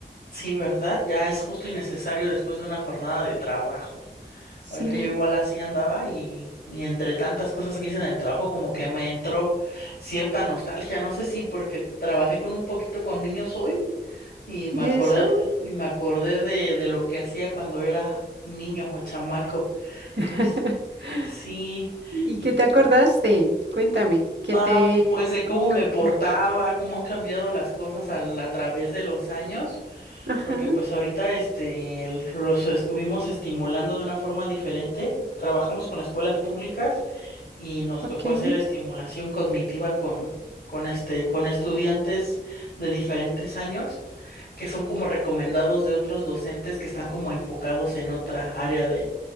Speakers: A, on the left (about 65°); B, on the right (about 80°).
A: Sí, ¿verdad? Ya es justo y necesario después de una jornada de trabajo.
B: Sí,
A: Ahorita yo igual así andaba y, y entre tantas cosas que hice en el trabajo como que me entró cierta nostalgia. No sé si porque trabajé con un poquito con niños hoy y me
B: ¿y
A: acordé,
B: eso?
A: y me acordé de, de lo que hacía cuando era niño o chamaco.
B: <laughs>
A: Pues sí.
B: ¿Y
A: y-
B: qué te acordaste? Cuéntame, ¿qué
A: Ah,
B: te
A: pues de cómo
B: hizo
A: me
B: como?
A: portaba, cómo han cambiado las cosas al- a través de los años.
B: Ajá,
A: Porque pues ahorita este el- los estuvimos estimulando de una forma diferente. Trabajamos con escuelas públicas y nos
B: ok.
A: tocó hacer estimulación cognitiva con, con este, con estudiantes de diferentes años, que son como recomendados de otros docentes que están como enfocados en otra área de,